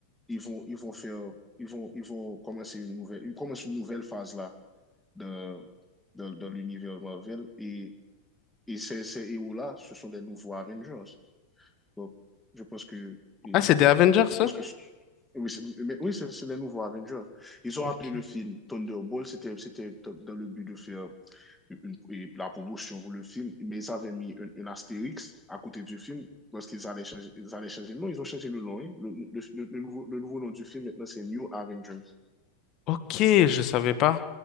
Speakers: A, in the centre; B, on the left.
A: ils vont, ils vont faire, ils vont, ils vont commencer une nouvelle, ils commencent une nouvelle phase là de, de, de l'univers Marvel. Et, et ces, ces héros-là, ce sont des nouveaux Avengers. Donc, je pense que, et,
B: Ah, c'est des Avengers,
A: je
B: ça?
A: pense que Oui, c'est mais oui, c'est c'est les nouveaux Avengers. Ils ont
B: Ok,
A: appelé le film Thunderbolt, c'était c'était dans le but de faire une, une- et la promotion pour le film, mais ils avaient mis un, un astérix à côté du film parce qu'ils allaient changer, ils allaient changer le nom, ils ont changé le nom. hein. Le, le, le- le nouveau, le nouveau nom du film maintenant, c'est New Avengers.
B: Ok, je savais pas.